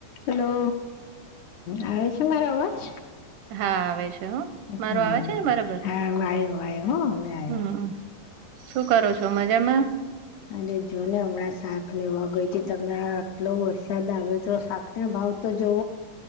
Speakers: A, on the left; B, on the right.
A: Hello આવે છે મારો અવાજ
B: હા આવે છે
A: હમ
B: મારો આવે
A: હા
B: છે ને
A: આવ
B: બરાબર
A: આવ્યો હ હવે આવ્યો
B: હમ શું કરો છો મજામાં
A: અને જો ને હમણાં શાક લેવા ગઈથી તમે આટલો વરસાદ આવે તો શાક એ ભાવ તો જો